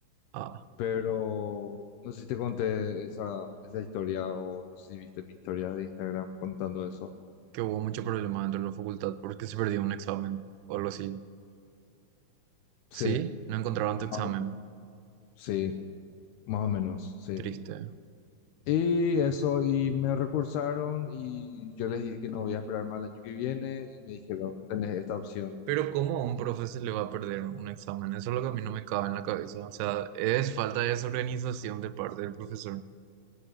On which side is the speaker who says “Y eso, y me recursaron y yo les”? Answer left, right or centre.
Left